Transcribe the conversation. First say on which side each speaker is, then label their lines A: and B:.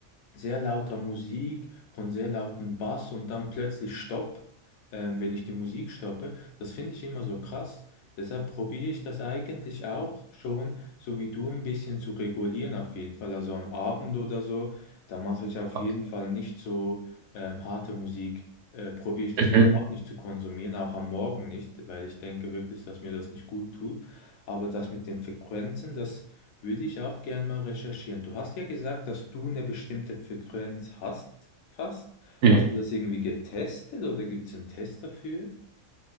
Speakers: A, on the left (about 85°); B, on the right (about 70°).
A: sehr lauter Musik, von sehr lautem Bass und dann plötzlich Stopp, ähm, wenn ich die Musik stoppe. Das finde ich immer so krass. Deshalb probiere ich das eigentlich auch schon, so wie du, ein bisschen zu regulieren auf jeden Fall. Also am Abend oder so, da mache ich auf
B: okay.
A: jeden Fall nicht so ähm, harte Musik. Äh, probiere ich das
B: Mhm.
A: überhaupt nicht zu konsumieren, auch am Morgen nicht, weil ich denke wirklich, dass mir das nicht gut tut. Aber das mit den Frequenzen, das würde ich auch gern mal recherchieren. Du hast ja gesagt, dass du eine bestimmte Frequenz hast, fast.
B: Mhm.
A: Hast du das irgendwie getestet oder gibt es einen Test dafür?